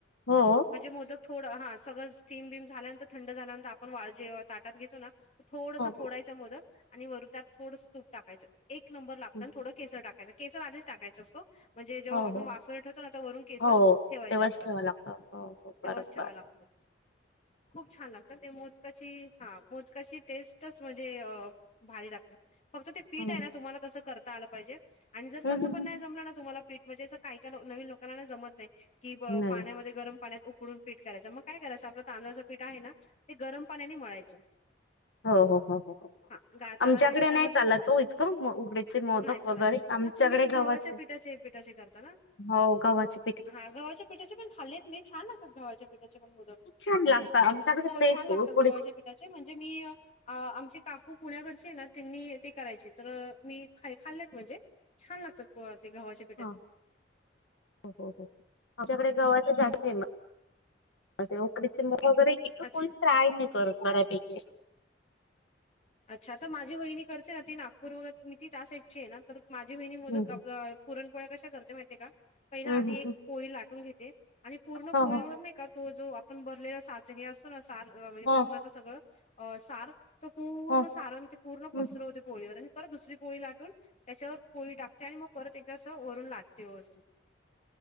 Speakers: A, on the left (about 85°); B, on the left (about 40°).
A: हो,
B: म्हणजे मोदक थोडं हा सगळं स्टीम बिम झाल्यानंतर थंड झाल्यानंतर आपण वाळ जे ताटात घेतो ना. थोडस
A: हो
B: फोडायचं मोदक आणि वरून त्यात थोडंसं तूप टाकायचं एक नंबर लागत
A: हं.
B: ना थोडं. टाकाय केसर आधी टाकायचं असतो. म्हणजे जेव्हा
A: हो.
B: आपण
A: हो.
B: वाफर ठेवतो ना वरून केसर
A: हो,
B: ठेवायचे
A: तेव्हाच
B: असतात.
A: ठेवावं लागतं. हो, हो, बरोबर.
B: तेव्हाच ठेवावा लागतो खूप छान लागत ते मोदकात. चे हा मोदकाची टेस्टच म्हणजे भारी लागत्या. फक्त ते पीठ
A: हं.
B: आहे ना तुम्हाला तसं करता आलं पाहिजे आणि जर
A: हं,
B: तसं
A: हं,
B: पण
A: हं.
B: नाही जमलं ना तुम्हाला पीठ. म्हणजे असं काही का नवीन लोकांना जमत नाही की व
A: नाही.
B: पाण्यामध्ये गरम पाण्यात उकडून. पीठ करायचं मग काय करायचं आपलं तांदळाचं पीठ आहे ना ते गरम पाण्याने मळायचं.
A: हो हो हो हो हो,
B: हा गा तांदळाच्या
A: आमच्याकडे
B: पिठामध्ये
A: नाही चालतो इतकं उघडे. चे मोदक
B: नाही चालत
A: वगैरे आमच्याकडे
B: हा तुम्ही गव्हाच्या
A: गवचे
B: पिठाचे
A: आहे
B: पिठाचे करता ना
A: हो गवाचे.
B: हा गव्हाच्या पिठाचे पण खाल्लेत मी छान लात गव्हाच्या पिठाचे पण मोदक.
A: खूप छान लागतात. आमच्याकडे
B: हो
A: तेच
B: छान लागतात
A: उकडीच
B: गव्हाच्या पिठाचे. चे तसे म्हणजे मी आ आमचे काकू पुण्याकडचिए ना त्यांनी ते करायचे तर मी. हाय खाल्लंत म्हणजे छान लागतात अ ते गव्हाचे.
A: हा हो हो हो, आमच्याकडे गव्हाच्या जास्त फेमस. असे उकडीचे मोदक वगैरे इथं
B: अच्छा
A: कोणी ट्राय नै करत बऱ्यापैकी.
B: अच्छा तर माझी वहिनी करते ना. ती नागपूर वगैर मी ती त्या साईडची आहे ना तर. माझी वहिनी मोदक
A: हं,
B: आपलं
A: हं.
B: पुरणपोळ्या कशा करते माहितीय का. पहिला
A: हं,
B: आधी
A: हं,
B: एक
A: हं.
B: पोळी लाटून घेते आणि पूर्ण
A: हो,
B: पोळीवर
A: हो.
B: नै का तो जो आपण भरलेला सा''--'' हे असो ना सार म्हणजे
A: हो,
B: पूर्णाचं सगळं अ सार. तो पूर्ण
A: हो.
B: सारण ते पूर्ण पसरवते
A: हं.
B: पोळीवर आणि परत दुसरी पोळी लाटून. त्याच्यावर पोळी टाकते आणि मग परत एकदा असं वरून लाटते व्यवस्थित.